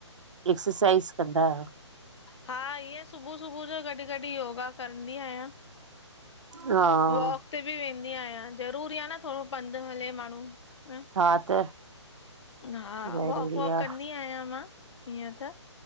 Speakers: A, on the right; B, on the left.
A: एक्सरसाइज़ कंदा रहो।
B: हा, ईअं सुबुह- सुबुह जो गॾु -गॾु योगा कंदी आहियां।
A: हा
B: वाक ते बि वेंदी आहियां ज़रूरी आ न थोड़ो पंधि हले माण्हू हं।
A: हा त,
B: हा
A: ज़रूरी
B: वॉक -वॉक
A: आ
B: कंदी आहियां मां हीअं त,